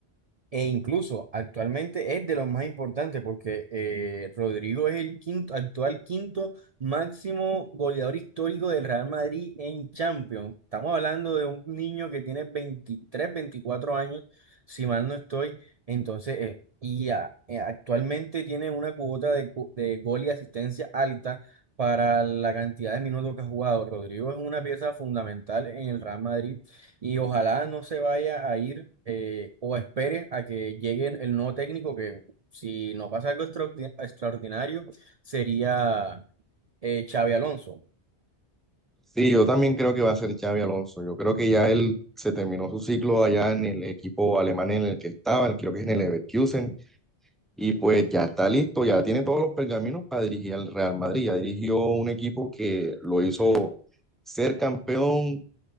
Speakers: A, on the right; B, in the centre.
A: E incluso actualmente es de los más importantes porque eh, Rodrigo es el quinto, actual quinto máximo goleador histórico del Real Madrid en Champions. Estamos hablando de un niño que tiene 23 24 años, si mal no estoy. Entonces, eh, y ah, eh, actualmente tiene una cuota de, cu- de gol y asistencia alta para la cantidad de minutos que ha jugado. Rodrigo es una pieza fundamental en el Real Madrid y ojalá no se vaya a ir eh, o espere a que llegue el nuevo técnico, que si no pasa algo extraordi- extraordinario, sería eh, Xavi Alonso.
B: Sí, yo también creo que va a ser Xavi Alonso. Yo creo que ya él se terminó su ciclo allá en el equipo alemán en el que estaba, creo que es en el Leverkusen. Y pues ya está listo, ya tiene todos los pergaminos para dirigir al Real Madrid. Ya dirigió un equipo que lo hizo ser campeón,